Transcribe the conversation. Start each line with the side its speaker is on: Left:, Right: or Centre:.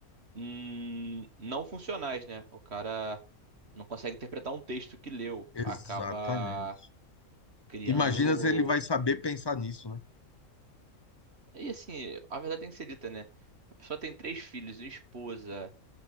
Right: hum, não funcionais, né? O cara não consegue interpretar um texto que leu,
Left: Exatamente.
Right: acaba criando.
Left: Imagina se ele vai saber pensar nisso, né?
Right: E assim, a verdade tem que ser dita, né? A pessoa tem três filhos, uma esposa,